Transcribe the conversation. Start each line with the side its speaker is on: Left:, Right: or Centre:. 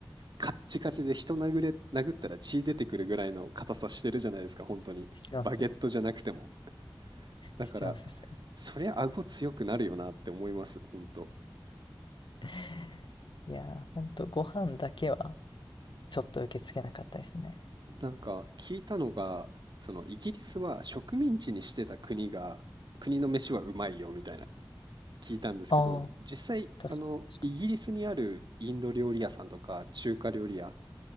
Right: カッチカチで人殴れ、殴ったら血出てくるぐらいの硬さしてるじゃないですか、本当に。
Left: してますね。
Right: バゲットじゃなくても。だから、
Left: してます、してます。
Right: そりゃ顎強くなるよなって思います、本当
Left: <laughs> いやー、ほんとご飯だけはちょっと受け付けなかったですね。
Right: なんか聞いたのが、そのイギリスは植民地にしてた国が、国の飯はうまいよみたいな聞いたんですけど、
Left: ああ、
Right: 実際、
Left: 確かに確かに。
Right: あの、イギリスにあるインド料理屋さんとか中華料理屋